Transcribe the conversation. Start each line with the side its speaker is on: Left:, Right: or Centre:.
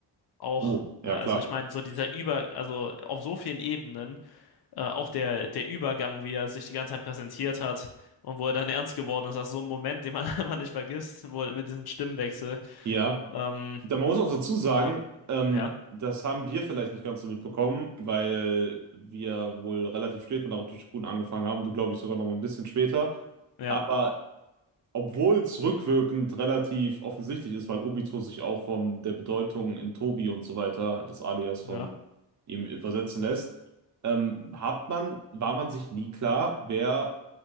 Left: auch,
Right: Oh, ja,
Left: also
Right: klar.
Left: ich meine, so dieser Über, also auf so vielen Ebenen, äh, auch der, der Übergang, wie er sich die ganze Zeit präsentiert hat und wo er dann ernst geworden ist, das ist so ein Moment, den man <laughs> einfach nicht vergisst, wo er mit diesem Stimmwechsel,
Right: Ja.
Left: ähm,
Right: Da man muss auch dazu sagen,
Left: und
Right: ähm,
Left: ja,
Right: das haben wir vielleicht nicht ganz so mitbekommen, weil wir wohl relativ spät mit Naruto Shippuden angefangen haben. Du, glaube ich, sogar noch mal ein bisschen später.
Left: ja,
Right: Aber Obwohl es rückwirkend relativ offensichtlich ist, weil Obito sich auch von der Bedeutung in Tobi und so weiter, des Alias von
Left: ja,
Right: ihm übersetzen lässt, ähm, hat man, war man sich nie klar, wer